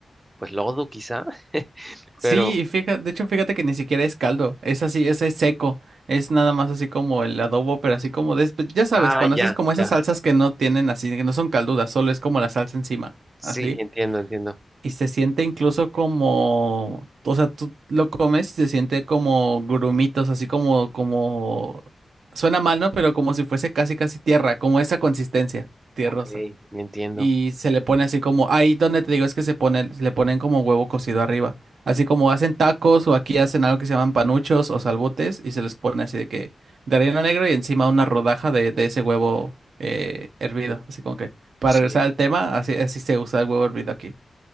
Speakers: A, on the right; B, on the right.
A: pues, lodo quizá, <laughs>
B: Sí,
A: pero...
B: y fíjate, de hecho, fíjate que ni siquiera es caldo, es así, es, es seco, es nada más así como el adobo, pero así como de, pues, ya sabes,
A: Ah,
B: cuando
A: ya,
B: haces como esas
A: ya.
B: salsas que no tienen así, que no son caldudas, solo es como la salsa encima,
A: Sí,
B: así,
A: entiendo, entiendo.
B: y se siente incluso como, o sea, tú lo comes y se siente como grumitos, así como, como, suena mal, ¿no? Pero como si fuese casi, casi tierra, como esa consistencia, tierrosa
A: Ok, me entiendo.
B: y se le pone así como, ahí donde te digo es que se pone, le ponen como huevo cocido arriba. Así como hacen tacos o aquí hacen algo que se llaman panuchos o salbutes y se les pone así de que de relleno negro y encima una rodaja de, de ese huevo eh, hervido. Así como que para
A: Sí.
B: regresar al tema, así, así se usa el huevo hervido aquí.